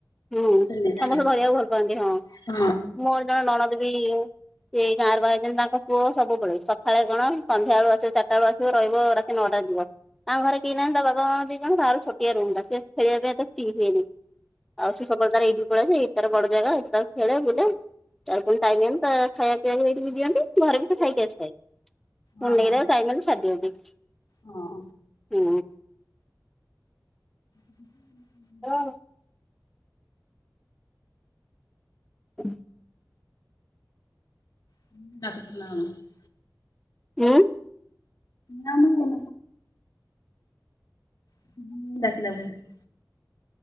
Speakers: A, in the centre; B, on the left (about 60°).
A: ହୁଁ
B: ସେ ନେଇଯାଆନ୍ତି।
A: ସମସ୍ତେ ଧରିବାକୁ ଭଲ ପାଆନ୍ତି ହଁ
B: ହଁ
A: ମୋର ଜଣେ ନଣଦ ବି ସେଇ ଗାଁରେ ବାହା ହେଇଛନ୍ତି ତାଙ୍କ ପୁଅ ସବୁବେଳେ ସକାଳେ କଣ ସନ୍ଧ୍ୟା ବଳୁ ଆସିବ ଚାରିଟା ବେଳୁ ଆସିବ ରହିବ ରା ସେ ନଅଟା ଯିବ ଆ ତାଙ୍କ ଘରେ କେହି ନାହାନ୍ତି ତା ବାପ ମା ଦି ଜଣ ଛୋଟିଆ ରୁମ୍ ଟା ସେ ଖେଳିବା ପାଇଁ ଏତେ ଫ୍ରି ହୁଏନି। ଆଉ ସେ ସବୁବେଳେ ତା ଏଇଠି ପଳେଇ ଆସେ ଏଇଠି ତାର ବଡ ଜାଗା ଏ ତ ଖେଳେ ବୁଲେ ତାର ପୁଣି ଟାଇମ ହେଲେ ତା ଖାଇବା ପିଇବାକୁ ଏଇଠି ବି ଦିଅନ୍ତି। ଘରେ ବି ସେ ଖାଇକି ଆସିଥାଏ। ଫୁଣି
B: ହଁ
A: ନେଇକି
B: ହଁ
A: ଟାଇମି ହେଲେ ଛାଡ଼ି ଦିଅନ୍ତି।
B: ହଁ।
A: ହୁଁ।
B: <unintelligible>
A: ହଁ। <unintelligible>
B: <unintelligible>
A: ଉଁ।
B: ନାଁ ମୁଁ <unintelligible>